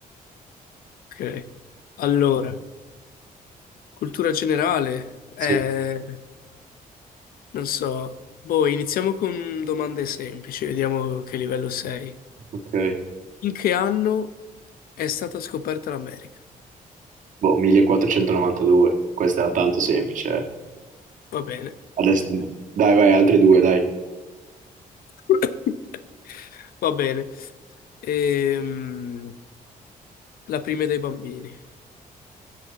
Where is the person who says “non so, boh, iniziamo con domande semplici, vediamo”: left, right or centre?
Left